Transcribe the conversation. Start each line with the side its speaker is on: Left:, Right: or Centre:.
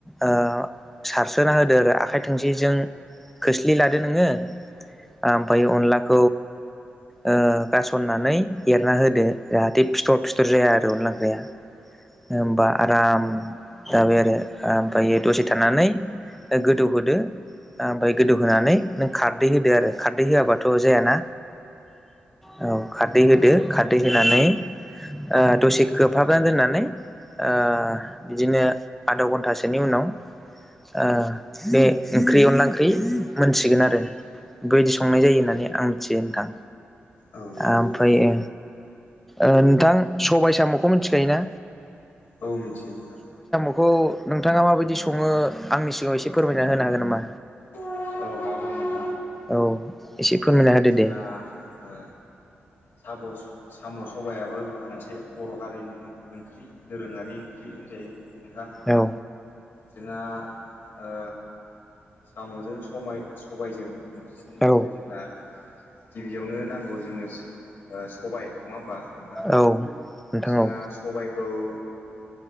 Centre: ओ सारसोना होदो आरो आखाय थोंसिजों खोस्लि लादो नोङो ओमफाय अनलाखौ
Left: <unintelligible>
Centre: ओ गासननानै एरना होदो जाहाथे फिथर फिथर जाया आरो अनला ओंख्रिया होमबा आराम जाबाय आरो आमफायो दसे थानानै गोदौहोदो आमफाय गोदौहोनानै नों खारदै होदो आरो खारदै होआबाथ' थ जायाना औ खारदै होदो खारदै होनानै ओ दसे खोबहाबोन दोननानै ओ बिदिनो आध घन्टासोनि उनाव ओ बे ओंख्रि अनला ओंख्रि मोनसिगोन आरो बेबायदि संनाय जायो होननानै आं मिथियो ओनथां
Left: औ
Centre: आमफ्रायो ओ नोंथां सबाय साम'खौ मिथिखायो ना
Left: औ मिथियो नोंथां
Centre: बेखौ नोंथाङा माबायदि सङो आंनि सिगाङाव एसे फोरमायना
Left: औ
Centre: होनो हागोन नामा
Left: औ हागोन नोंथां
Centre: औ एसे फोरमायना होदो
Left: जोंहा
Centre: दे
Left: ओ साब साम' सबायाबो मोनसे बर' हारिनिनो ओंख्रि दोरोङारि ओंख्रि होनजायो नोंथां
Centre: औ
Left: जोंहा ओ साम'जों समाय सबायजों ओंख्रि संनो
Centre: औ
Left: थाखाय जोंहा गिबियावनो नांगौ जोङनो साम सबाय नङा होमबा नोंथां
Centre: औ नोंथां
Left: जोंहा
Centre: औ
Left: सबायखौ ओ